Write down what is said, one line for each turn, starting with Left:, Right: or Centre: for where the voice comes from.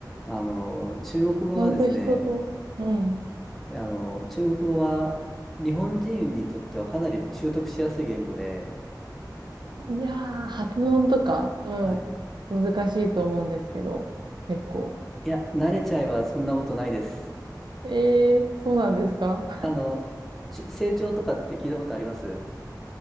Centre: あの、中国語はですね、
Right: ちゃんと人と、うん。
Centre: あの、中国語は日本人にとってはかなり習得しやすい言語で、
Right: いやー、発音とか、もう難しいと思うんですけど、
Centre: はい。
Right: 結構。
Centre: いや、慣れちゃえばそんなことないです。
Right: えー、そうなんですか
Centre: あの、ち成長とかって聞いたことあります